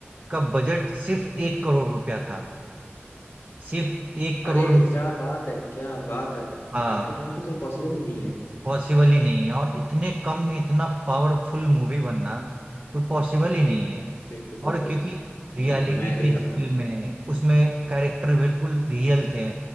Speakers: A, on the right; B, on the left.
A: का बजट सिर्फ एक करोड़ रुपया था सिर्फ एक करोड़
B: अरे क्या बात है क्या बात है
A: हाँ
B: आज के टाइम पे तो ये पॉसिबल ही नहीं है
A: पॉसिबल ही नहीं है और इतने कम में इतना पावरफुल मूवी बनना तो पॉसिबल ही नहीं है
B: बिल्कुल
A: और
B: बिल्कुल
A: क्योंकि रियलिटी
B: बिल्कुल मैं एग्री
A: थी इस
B: करता हूँ
A: फिल्म में उसमें कैरेक्टर बिल्कुल रियल थे